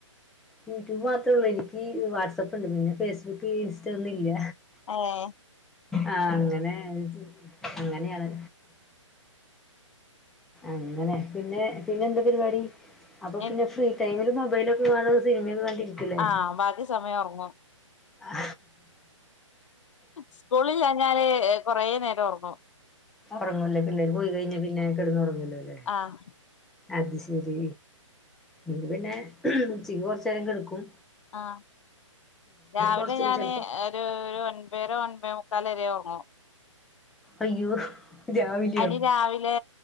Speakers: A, in the centre; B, on the left (about 70°).
A: യൂട്യൂബ് മാത്രമേ ഉള്ളൂ എനിക്ക് വാട്സആപ്പ് ഉണ്ട് പിന്നെ ഫേസ്ബുക്ക് ഇൻസ്റ്റ ഒന്നും ഇല്ല
B: ഏഹ്
A: ആഹ് അങ്ങനെ അങ്ങനെയാണ് അങ്ങനെ പിന്നെ പിന്നെ എന്താ പരിപാടി അപ്പ
B: എൻ
A: പിന്നെ ഫ്രീ ടൈമില് മൊബൈലൊക്കെ കാണാ സിനിമയൊന്നും കണ്ടിരിക്കൂലേ?
B: ആഹ് ബാക്കി സമയം ഒറങ്ങും
A: ആ
B: സ്കൂളില്ലാഞ്ഞാല് കൊറേനേരം ഓർങ്ങും
A: ഒറങ്ങുല്ലേ? പിള്ളേര് പോയി കഴിഞ്ഞാ പിന്നെ കെടന്ന് ഒറങ്ങൂലോല്ലേ?
B: ആഹ്
A: അത് ശരി. ഇത് പിന്നെ ഉച്ചിക്ക് കൊറച്ചേരം കെടുക്കും.
B: ആഹ് രാവിലെ
A: കൊറച്ച്
B: ഞാന്
A: ചെലപ്പോ
B: ഒരു ഒൻപര ഒൻപതേ മുക്കാല് വരെ ഒറങ്ങും
A: അയ്യോ രാവിലെയോ
B: അയിന് രാവി ല്